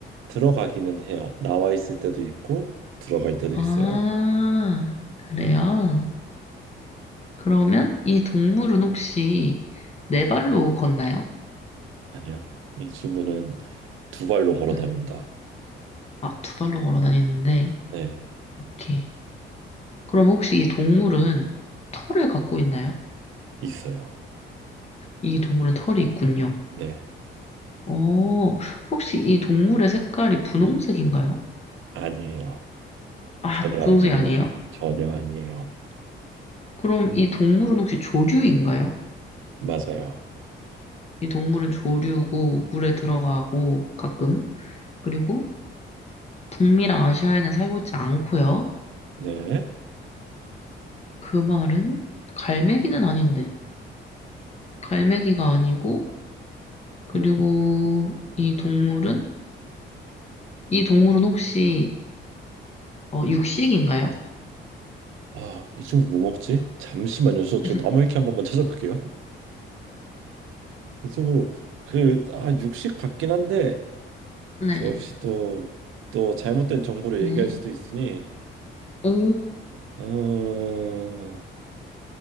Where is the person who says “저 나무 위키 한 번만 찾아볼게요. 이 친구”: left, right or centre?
Right